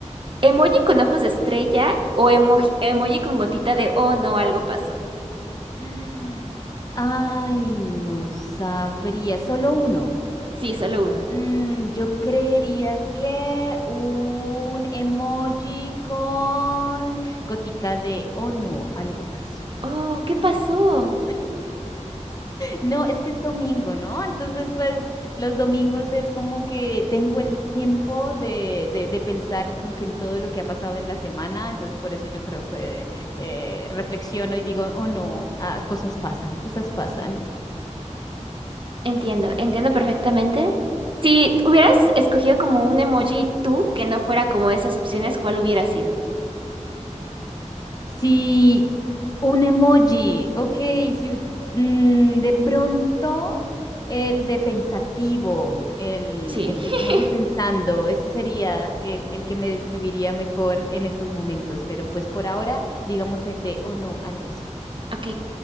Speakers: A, on the right; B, on the left.
A: ¿Emoji con ojos de estrella? ¿O emoji, emoji con gotita de, oh no, algo pasó?
B: <gasps> Ay, no sabría, solo uno.
A: Sí, solo uno.
B: Mm, yo creería que un emoji con gotica de, oh no, algo pasó.
A: Oh, ¿qué pasó?
B: <laughs> No, es que es domingo, ¿no? Entonces, pues los domingos es como que tengo el tiempo de, de, de pensar como que en todo lo que ha pasado en la semana, entonces por eso yo creo que eh, reflexiono y digo, oh no, ah, cosas pasan, cosas pasan.
A: Entiendo, entiendo perfectamente. Si hubieras escogido como un emoji tú que no fuera como esas opciones, ¿cuál hubiera sido?
B: Sí, un emoji, ok, sí, mm, de pronto el de pensativo, el,
A: Sí.
B: el- el emoji
A: <laughs>
B: pensando, ese sería el, el que me describiría mejor en estos momentos, pero pues por ahora digamos el de, oh no, algo pasó.
A: Ok,